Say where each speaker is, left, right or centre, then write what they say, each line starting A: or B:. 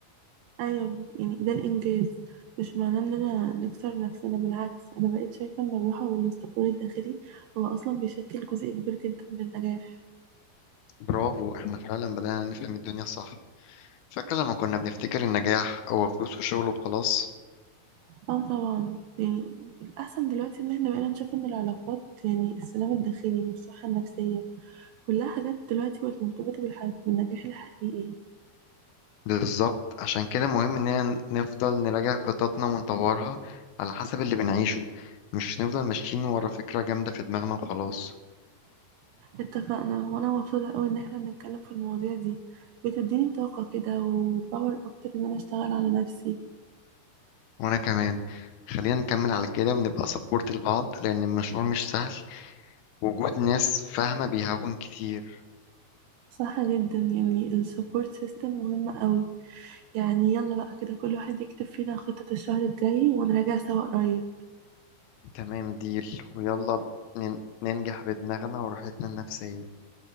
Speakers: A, on the right (about 85°); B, on the left (about 75°).
A: ايوه يعني ده الانجاز مش معناه ان انا نكسر نفسنا بالعكس انا بقيت شايفه ان الراحه والاستقرار الداخلي هو اصلا بيشكل جزء كبير جدا من النجاح
B: برافو إحنا فعلا بدأنا نفهم الدنيا صح فاكرة لما كنا بنفتكر النجاح هو فلوس وشغل وخلاص
A: اه طبعا يعني الاحسن دلوقتي ان احنا بقينا نشوف ان العلاقات يعني السلام الداخلي والصحه النفسيه كلها حاجات دلوقتي بقت مرتبطه بالح- بالنجاح الحقيقي
B: بالظبط عشان كده مهم إننا نفضل نراجع خططنا ونطورها على حسب اللي بنعيشه مش نفضل ماشيين ورا فكرة جامدة في دماغنا وخلاص
A: اتفقنا وانا مبسوطه قوي ان احنا بنتكلم في المواضيع دي بتديني طاقه كده وباور اكتر ان انا اشتغل على نفسي
B: وأنا كمان خلينا نكمل على كده ونبقى سبورت لبعض لأن المشوار مش سهل وجود ناس فاهمة بيهون كتير
A: صح جدا يعني السبورت سيستم مهم قوي يعني يلا بقى كده كل واحد يكتب فينا خطة الشهر الجاي ونراجع سوا قريب
B: تمام ديل ويلا نن- ننجح بدماغنا وراحتنا النفسية